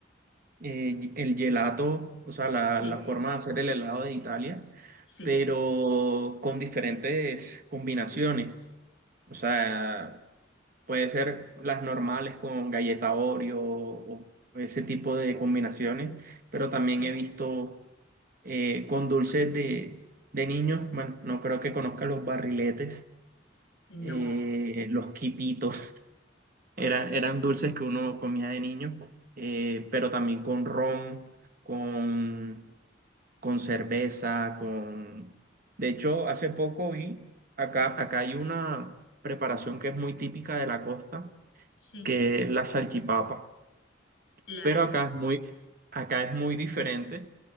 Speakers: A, on the right (about 50°); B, on the left (about 70°).
A: eh, el gelato, o sea, la,
B: sí,
A: la forma de hacer el helado de Italia,
B: sí,
A: pero con diferentes combinaciones. O sea, puede ser las normales con galleta Oreo o ese tipo de combinaciones, pero también
B: sí.
A: he visto eh, con dulces de, de niños, bueno, no creo que conozca los barriletes,
B: No,
A: eh, los quipitos. Era, eran dulces que uno comía de niño, eh, pero también con ron, con, con cerveza, con... De hecho, hace poco vi, acá, acá hay una preparación que es muy típica de la costa,
B: sí,
A: que es la salchipapa,
B: la
A: pero
B: vi.
A: acá es muy, acá es muy diferente.